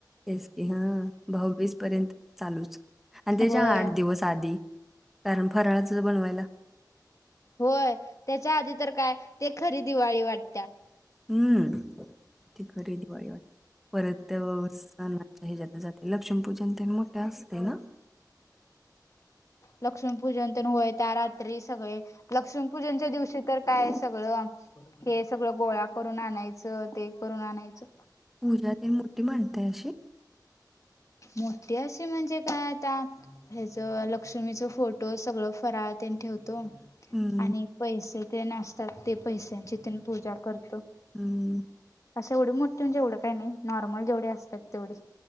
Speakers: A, in the centre; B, on the left.
A: तेच की हां भाऊबीज पर्यंत. चालूच आणि त्याच्या
B: होय
A: आठ दिवस आधी कारण फराळाच बनवायला.
B: होय त्याच्या आधी तर काय ते खरी दिवाळी वाटत्या.
A: हम्म ती खरी दिवाळी वाट परत त्या <unintelligible> जात जाते लक्ष्मीपूजन तर मोठं असते ना? <inaudible>
B: लक्ष्मीपूजन तर होय त्या रात्री सगळे लक्ष्मीपूजनच्या दिवशी तर काय आहे सगळं हे सगळं गोळा करून आणायचं ते करून आणायचं.
A: पूजा ते मोठी म्हणतेय अशी.
B: मोठीे असे म्हणजे काय आता हेच लक्ष्मीच फोटो सगळं फराळ तेन ठेवतो.
A: हम्म
B: आणि पैसे ते नासतात ते पैश्यांची तेन पूजा करतो.
A: अम्म.
B: अशे एवढी मोठी म्हणजे एवढं काही नाही नॉर्मल जेवढी असतात तेवढी.